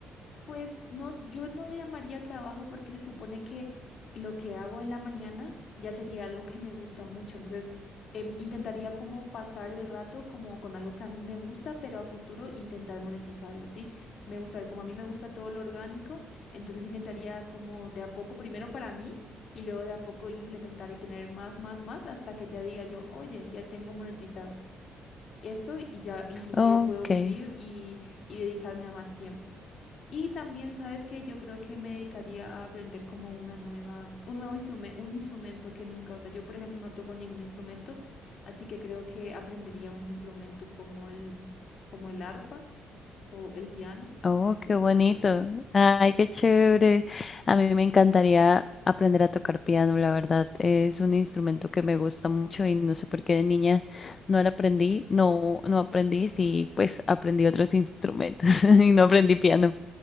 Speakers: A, on the left; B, on the left.
A: Pues no, yo no llamaría trabajo porque se supone que lo que hago en la mañana ya sería algo que me gusta mucho. Entonces, em, intentaría como pasar el rato como con algo que a mí me gusta, pero a futuro intentar monetizarlo, ¿sí? Me gusta, como a mí me gusta todo lo orgánico, entonces intentaría como de a poco, primero para mí y luego de a poco implementar y tener más, más, más hasta que ya diga yo, oye, ya tengo monetizado esto y ya inclusive
B: Ok.
A: puedo vivir y, y dedicarme a más tiempo. Y también, ¿sabes que Yo creo que me dedicaría a aprender como una nueva, un nuevo instrumento, un instrumento que nunca, o sea, yo por ejemplo no toco ningún instrumento, así que creo que aprendería un instrumento como el, como el arpa o el piano,
B: Oh,
A: no sé,
B: qué bonito.
A: algo así
B: Ay, qué chévere. A mí me encantaría aprender a tocar piano, la verdad. Es un instrumento que me gusta mucho y no sé por qué de niña no lo aprendí, no, no aprendí, sí, pues aprendí otros instrumentos <laughs> y no aprendí piano.